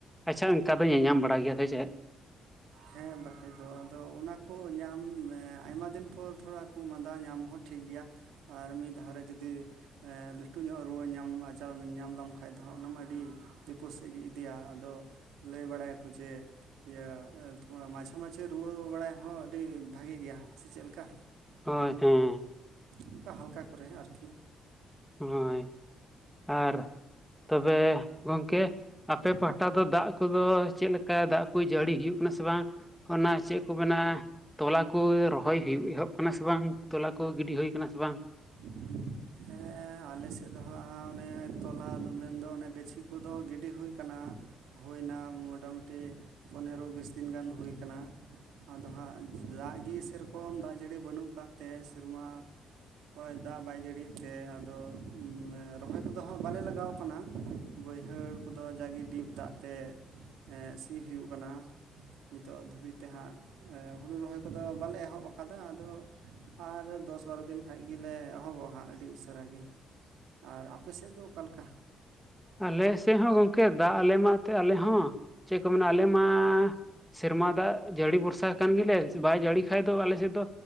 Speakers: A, in the centre; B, on the right (about 85°).
A: ᱟᱪᱪᱷᱟ ᱚᱱᱠᱟ ᱫᱚ ᱧᱮᱞᱧᱟᱢ ᱵᱟᱲᱟᱭ ᱜᱮᱭᱟ ᱥᱮ-ᱪᱮᱫ
B: ᱦᱮᱸ ᱵᱟᱠᱷᱟᱡ ᱫᱚ ᱟᱫᱚ ᱚᱱᱟ ᱠᱚ ᱧᱟᱢ ᱟᱭᱢᱟ ᱫᱤᱱ ᱯᱚᱨ ᱛᱷᱚᱲᱟ ᱠᱷᱩᱜ ᱢᱟᱸᱫᱟ ᱧᱟᱢ ᱦᱚᱸ ᱴᱷᱤᱠ ᱜᱮᱭᱟ ᱟᱨ ᱢᱤᱫ ᱫᱷᱟᱣ ᱨᱮ ᱡᱩᱫᱤ ᱦᱮ ᱞᱟᱹᱴᱩ ᱧᱚᱜ ᱨᱩᱣᱟᱹ ᱧᱟᱢ ᱟᱡᱟᱨ ᱧᱟᱢ ᱞᱮᱢ ᱠᱷᱟᱡ ᱫᱚ ᱦᱟᱸᱜ ᱚᱱᱟ ᱢᱟ ᱟᱹᱰᱤ ᱵᱤᱯᱟᱫ ᱥᱮᱫ ᱜᱮ ᱤᱫᱤᱭᱟ ᱟᱫᱚ ᱞᱟᱹᱭ ᱵᱟᱲᱟᱭᱟᱠᱚ ᱡᱮ ᱤᱭᱟᱹ ᱛᱚ ᱢᱟᱡᱷᱮ ᱢᱟᱡᱷᱮ ᱨᱩᱣᱟᱹ ᱵᱟᱲᱟᱭ ᱦᱚᱸ ᱟᱹᱰᱤ ᱵᱷᱟᱜᱮ ᱜᱮᱭᱟ ᱥᱮ ᱪᱮᱫ ᱞᱮᱠᱟ
A: ᱦᱳᱭ ᱦᱮᱸ
B: ᱚᱱᱠᱟ ᱦᱟᱞᱠᱟ ᱠᱚᱨᱮ ᱟᱨᱠᱤ
A: ᱦᱳᱭ ᱟᱨ ᱛᱚᱵᱮ ᱜᱚᱢᱠᱮ ᱟᱯᱮ ᱯᱟᱦᱴᱟ ᱫᱚ ᱫᱟᱜ ᱠᱚᱫᱚ ᱪᱮᱫ ᱞᱮᱠᱟ ᱫᱟᱜ ᱠᱚ ᱡᱟᱹᱲᱤ ᱦᱩᱭᱩᱜ ᱠᱟᱱᱟ ᱥᱮ ᱵᱟᱝ ᱚᱱᱟ ᱪᱮᱫ ᱠᱚ ᱵᱮᱱᱟᱜ-ᱟ ᱛᱚᱞᱟ ᱠᱚ ᱨᱚᱦᱚᱭ ᱦᱩᱭᱩᱜ ᱮᱦᱚᱵ ᱠᱟᱱᱟ ᱥᱮ ᱵᱟᱝ ᱛᱚᱞᱟ ᱠᱚ ᱜᱤᱰᱤ ᱦᱩᱭᱩ ᱠᱟᱱᱟ ᱥᱮ ᱵᱟᱝ
B: <inaudible> ᱦᱮᱸ ᱟᱞᱮᱥᱮᱫ ᱫᱚ ᱦᱟᱸᱜ ᱚᱱᱮ ᱛᱚᱞᱟ ᱩᱰᱩᱠ ᱞᱮᱱ ᱫᱚ ᱚᱱᱮ ᱜᱟᱹᱪᱷᱤ ᱠᱚᱫᱚ ᱜᱤᱰᱤ ᱦᱩᱭ ᱟᱠᱟᱱᱟ ᱦᱩᱭ ᱮᱱᱟ ᱢᱳᱴᱟᱢᱩᱴᱤ ᱯᱚᱱᱮᱨᱚ ᱵᱤᱥ ᱫᱤᱱ ᱜᱟᱱ ᱦᱩᱭ ᱟᱠᱟᱱᱟ ᱟᱫᱚ ᱦᱟᱸᱜ ᱫᱟᱜ ᱜᱮ ᱥᱮᱨᱚᱠᱚᱢ ᱫᱟᱜ ᱡᱟᱹᱲᱤ ᱵᱟᱹᱱᱩᱜ ᱟᱠᱟᱫ ᱛᱮ ᱥᱮᱨᱢᱟ ᱦᱚᱭ ᱫᱟᱜ ᱵᱟᱭ ᱡᱟᱹᱲᱤᱭᱮᱫ ᱛᱮ ᱟᱫᱚ ᱨᱚᱦᱚᱭ ᱠᱚᱫᱚ ᱦᱟᱸᱜ ᱵᱟᱞᱮ ᱞᱟᱜᱟᱣ ᱠᱟᱱᱟ ᱵᱟᱹᱭᱦᱟᱹᱲ ᱠᱚᱫᱚ ᱡᱟᱜᱮ ᱰᱤᱵ ᱫᱟᱜ ᱛᱮ ᱟ.... ᱥᱤ ᱦᱩᱭᱩᱜ ᱠᱟᱱᱟ ᱱᱤᱛᱚᱜ ᱫᱷᱟᱹᱵᱤᱡ ᱛᱮ ᱦᱟᱸᱜ ᱟ.. ᱦᱩᱲᱩ ᱨᱚᱦᱚᱭ ᱠᱚᱫᱚ ᱵᱟᱞᱮ ᱮᱦᱚᱵ ᱟᱠᱟᱫᱟ ᱟᱫᱚ ᱟᱨ ᱫᱚᱥ ᱵᱟᱨᱚ ᱫᱤᱱ ᱠᱷᱟᱡ ᱜᱮ ᱞᱮ ᱮᱦᱚᱵᱚᱜᱼᱟ ᱦᱟᱸᱜ ᱟᱹᱰᱤ ᱟᱹᱰᱤ ᱩᱥᱟᱹᱨᱟ ᱜᱤ, ᱟᱨ ᱟᱯᱮ ᱥᱮᱫ ᱫᱚ ᱚᱠᱟ ᱞᱮᱠᱟ??
A: ᱟᱞᱮ ᱥᱮᱫ ᱦᱚᱸ ᱜᱚᱢᱠᱮ ᱫᱟᱜ ᱟᱞᱮ ᱢᱟ ᱮᱱᱛᱮᱫ ᱟᱞᱮ ᱦᱚᱸ ᱪᱮᱫ ᱠᱚ ᱢᱮᱱᱟ ᱟᱞᱮ ᱢᱟ ᱥᱮᱨᱢᱟ ᱫᱟᱜ ᱡᱟᱹᱲᱤ ᱵᱷᱚᱨᱥᱟ ᱠᱟᱱ ᱜᱮᱞᱮ ᱵᱟᱭ ᱡᱟᱹᱲᱤ ᱠᱷᱟᱡ ᱫᱚ ᱟᱞᱮ ᱥᱮᱫ ᱫᱚ